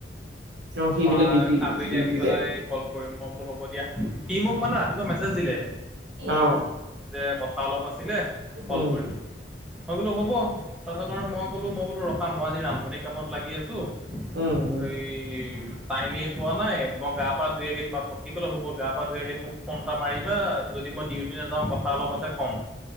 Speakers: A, on the right; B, in the centre.
A: অ
B: তোমাক
A: সি বোলে ডিউটি
B: আবেলি
A: ডিউটি
B: আহি পেলাই
A: যায়
B: কল কৰিম মই বোলোঁ হ'ব দিয়া। সি মোক মানে ৰাতিপুৱা মেছেজ দিলে,
A: অ।
B: দে কথা অলপ আছিলে, কল
A: উম
B: কৰিম মই বোলোঁ হ'ব। তাৰপাছত আৰু মই ক'লোঁ মই বোলোঁ ৰখা মই আজি ৰান্ধনী কামত লাগি আছোঁ,
A: উম উম
B: এই টাইমে পোৱা নাই মই গা পা ধুই আহি তোমাক কি ক'লে হ'ব গা পা ধুই আহি মোক ফন এটা মাৰিবা যদি মই ডিও নেযাওঁ, কথা অলপ আছে কম,